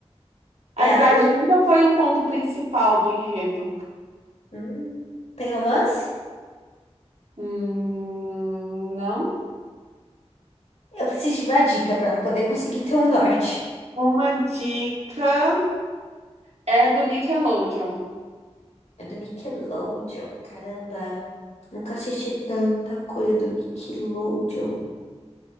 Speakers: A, on the right; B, on the left.
A: A
B: É
A: idade
B: adulto?
A: nunca foi um ponto principal do enredo.
B: Hum, tem romance?
A: Hum, não.
B: Eu preciso de uma dica pra poder conseguir ter um norte.
A: Uma dica é do Nickelodeon.
B: É do Nickelodeon. Caramba, nunca assisti tanta coisa do Nickelodeon.